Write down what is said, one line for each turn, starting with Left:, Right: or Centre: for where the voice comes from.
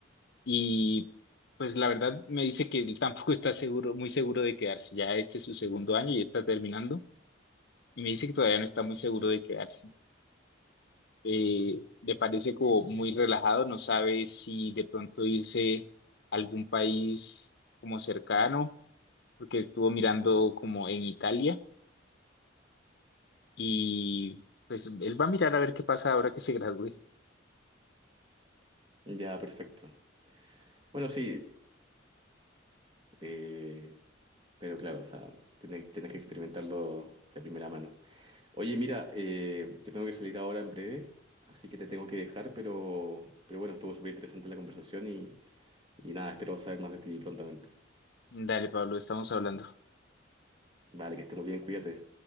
Left: y pues la verdad me dice que él tampoco <laughs> está seguro, muy seguro de quedarse. Ya este es su segundo año y está terminando y me dice que todavía no está muy seguro de quedarse. Eh, le parece como muy relajado, no sabe si de pronto irse a algún país como cercano, porque estuvo mirando como en Italia y pues él va a mirar a ver qué pasa ahora que se gradúe.
Right: Ya, perfecto. Bueno, sí, eh, pero claro, o sea, tenés, tenés que experimentarlo de primera mano. Oye, mira, eh, yo tengo que salir ahora en breve, así que te tengo que dejar, pero, pero bueno, estuvo súper interesante la conversación y, y nada, espero saber más de ti prontamente.
Left: Dale, Pablo, estamos hablando.
Right: Vale, que estemos bien, cuídate.